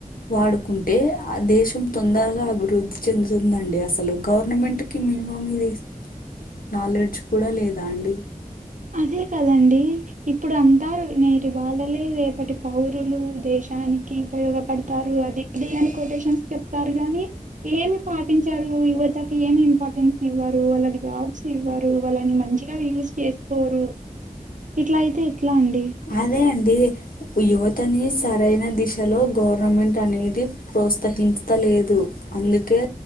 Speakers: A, on the left; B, on the right.
A: వాడుకుంటే ఆ దేశం తొందరగా అభివృద్ధి చెందుతుందండి. అసలు గవర్నమెంట్ కి మినిమం ఇది నాలెడ్జ్ కూడా లేదా అండి
B: అదే కదండీ. ఇప్పుడు అంటారు. నేటి బాలలే రేపటి పౌరులు. దేశానికి ఉపయోగపడతారు అని. ఇది అని కొటేషన్స్ చెప్తారు గానీ ఏమి పాటించరు. యువతకి ఏమి ఇంపార్టెన్స్ ఇవ్వరు. వాళ్ళకి జాబ్స్ ఇవ్వరు, వాళ్ళని మంచి గా యూస్ చేసుకోరు ఇట్లా అయితే ఎట్లా అండి?
A: అదే అండి యువతని సరైన దిశలో గవర్నమెంట్ అనేది ప్రోత్సహించలేదు అందుకే